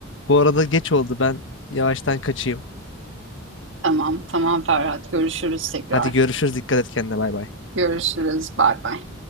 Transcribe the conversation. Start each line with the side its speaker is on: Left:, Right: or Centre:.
Left: Bu arada geç oldu ben yavaştan kaçayım.
Right: Tamam tamam Ferhat. Görüşürüz tekrar.
Left: Hadi görüşürüz dikkat et kendine bay bay.
Right: Görüşürüz. Bay bay.